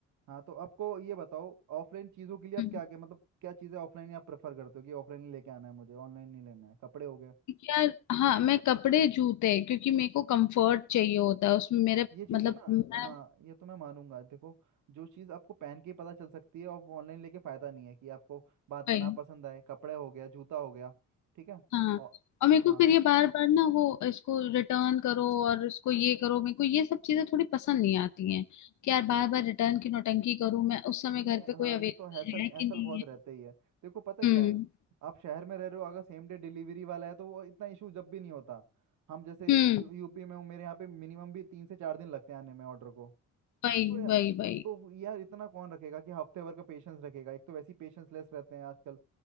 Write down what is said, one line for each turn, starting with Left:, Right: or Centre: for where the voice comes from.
Right: हाँ तो आपको ये बताओ ऑफलाइन चीजों के लिए आप
Left: हम्म।
Right: क्या क्या मतलब क्या चीजें ऑफलाइन आप प्रेफर करते हो कि ऑफलाइन ही लेके आना है मुझे ऑनलाइन नहीं लेना है कपड़े हो गए
Left: यार हाँ मैं कपड़े जूते क्योंकि मेरे को कंफर्ट चाहिए होता है उसमें मेरे
Right: ये चीजें
Left: मतलब
Right: ना
Left: मैं
Right: हाँ ये तो मैं मानूंगा देखो जो चीज आपको पहन के ही पता चल सकती है और ऑनलाइन लेके फायदा नहीं है कि आपको बाद में
Left: भाई
Right: ना पसंद आए कपड़े हो गया जूता हो गया ठीक है
Left: हाँ
Right: और
Left: और मेरे
Right: हाँ
Left: को फिर ये बार बार ना वो इसको रिटर्न करो और इसको ये करो मेरे को ये सब चीजें थोड़ी पसंद नहीं आती हैं कि यार बार बार रिटर्न की नौटंकी करूं मैं उस समय
Right: नहीं
Left: घर पे कोई
Right: हाँ
Left: अवेलेबल
Right: ये तो हैसल
Left: है कि
Right: हैसल
Left: नहीं
Right: बहुत
Left: है
Right: रहते ही है देखो पता क्या
Left: हम्म
Right: है आप शहर में रह रहे हो अगर सेम डे डिलीवरी वाला है तो वो इतना इशू जब भी नहीं होता हम जैसे
Left: हम्म
Right: यू, यूपी में हूँ मेरे यहाँ पे मिनिमम भी तीन से चार दिन लगते हैं आने में ऑर्डर को
Left: भाई
Right: तो यार
Left: भाई भाई
Right: तो यार इतना कौन रखेगा कि हफ्ते भर का पेशेंस रखेगा एक तो वैसे ही पेशेंस लेस रहते हैं आजकल